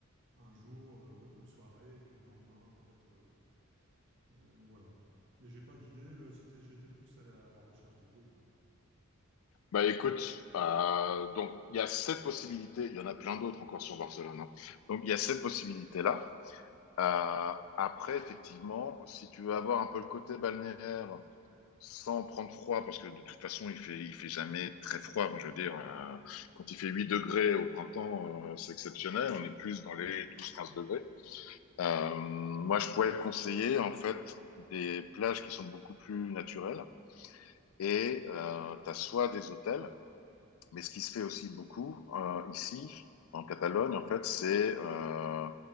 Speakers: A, on the right; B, on the left.
A: Un jour, euh, une soirée, et puis le lendemain, peut-être, euh, euh, voilà. Mais j'ai pas d'idée. là, C'était, j'étais plus à la, à la recherche d'idées, quoi.
B: Bah écoute, euh, donc il y a cette possibilité, il y en a plein d'autres encore sur Barcelone. hein. Donc il y a cette possibilité-là. Euh, après, effectivement, si tu veux avoir un peu le côté balnéaire, sans prendre froid, parce que de toute façon, il fait, il fait jamais très froid. Enfin, je veux dire, euh, quand il fait 8 degrés au printemps, euh, c'est exceptionnel. On est plus dans les douze, quinze degrés. Euh, moi, je pourrais conseiller, en fait, des plages qui sont beaucoup plus naturelles. Et euh, tu as soit des hôtels, mais ce qui se fait aussi beaucoup euh, ici, en Catalogne, en fait, c'est euh,